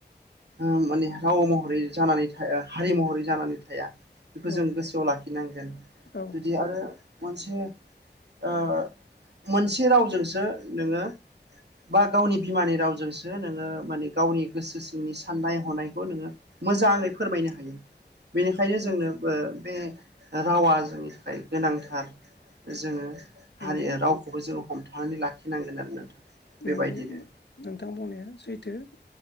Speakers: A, on the right; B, on the left.
A: उम माने राव महरै जानानै थाया हारि महरै जानानै थाया। बेखौ
B: औ
A: जों गोसोआव लाखिनांगोन।
B: औ
A: जुदि आरो मोनसे ओ मोनसे रावजोंसो नोङो बा गावनि बिमानि रावजोंसो नोङो माने गावनि गोसो सिंनि साननाय हनायखौ नोङो मोजाङै फोरमायनो हायो। बेनिखायनो
B: औ
A: जोंनो बे रावा जोंनि थाखाय गोनांथार जोङो
B: नंगौ
A: हारि रावखौबो जोङो थांनानै लाखिनांगोन आरो नोंथां। बेबायदिनो
B: नोंगौ नोंथां बुंनाया सैथो।